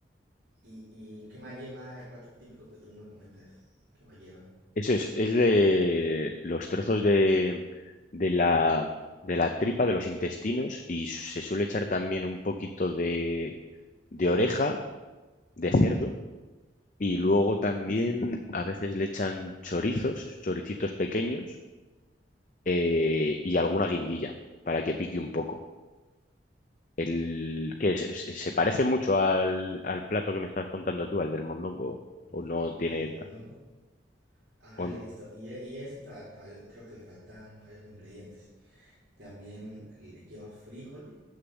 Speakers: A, on the right (about 70°); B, on the left (about 45°).
A: ¿Y, y qué más lleva el plato típico que tú me comentas? ¿Qué más lleva?
B: Eso es, es de los trozos de, de la, de la tripa, de los intestinos, y se suele echar también un poquito de, de oreja de cerdo, y luego también a veces le echan chorizos, choricitos pequeños, eh, y alguna guindilla para que pique un poco. El, ¿qué es? ¿Se se parece mucho al, al plato que me estabas contando tú, al del mondongo? ¿O no tiene...
A: ¿Al del
B: ta-
A: mondongo? Ajá,
B: o
A: listo.
B: n-
A: Y, e- y ese todavía, todavía creo que le faltan varios ingredientes. También le- lleva frijol,